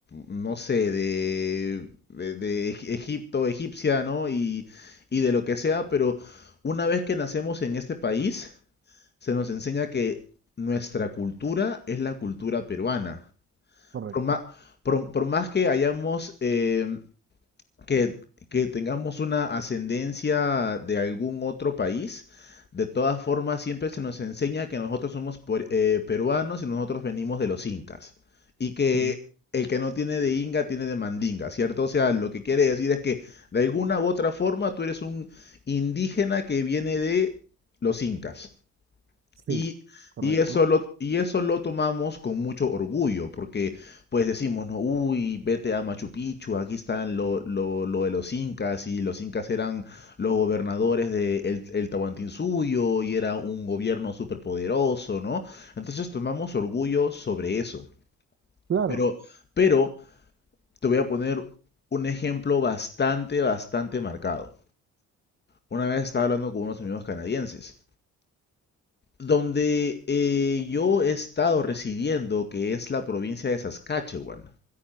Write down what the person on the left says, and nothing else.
no sé, de, de, de Eg- Egipto, egipcia, ¿no? Y, y de lo que sea, pero una vez que nacemos en este país, se nos enseña que nuestra cultura es la cultura peruana.
Por más, por, por más que hayamos, eh, que, que tengamos una ascendencia de algún otro país, de todas formas siempre se nos enseña que nosotros somos puer- eh, peruanos y nosotros venimos de los incas. Y que
el que no tiene de inga tiene de mandinga, ¿cierto? O sea, lo que quiere decir es que de alguna u otra forma tú eres un indígena que viene de los incas.
Y,
y eso lo, y eso lo tomamos con mucho orgullo, porque pues decimos, no, uy, vete a Machu Picchu, aquí están lo, lo, lo de los incas, y los incas eran los gobernadores de el, el Tahuantinsuyo, y era un gobierno superpoderoso, ¿no? Entonces tomamos orgullo sobre eso.
Pero, pero te voy a poner un ejemplo bastante, bastante marcado. Una vez estaba hablando con unos amigos canadienses Donde eh, yo he estado residiendo, que es la provincia de Saskatchewan.